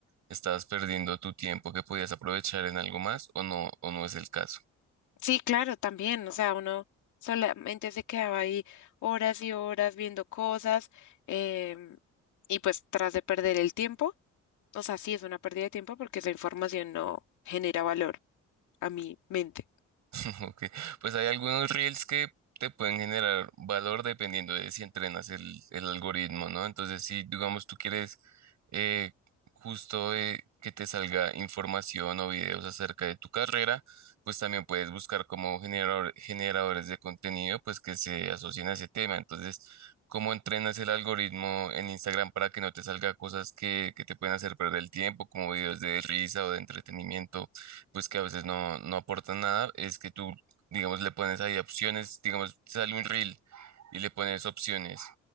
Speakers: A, on the right; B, on the left.
A: estabas perdiendo tu tiempo que podías aprovechar en algo más o no, o no es el caso.
B: Sí, claro, también, o sea, uno solamente se quedaba ahí horas y horas viendo cosas em, y pues tras de perder el tiempo, o sea, sí es una pérdida de tiempo porque esa información no genera valor a mi mente.
A: <laughs> Ok, pues hay algunos reels que te pueden generar valor dependiendo de si entrenas el, el algoritmo, ¿no? Entonces, si digamos tú quieres eh, justo eh, que te salga información o videos acerca de tu carrera, pues también puedes buscar como generador- generadores de contenido, pues que se asocien a ese tema. Entonces, ¿cómo entrenas el algoritmo en Instagram para que no te salga cosas que, que te pueden hacer perder el tiempo, como videos de risa o de entretenimiento? pues que a veces no, no aportan nada, es que tú, digamos, le pones ahí opciones, digamos, sale un reel y le pones opciones.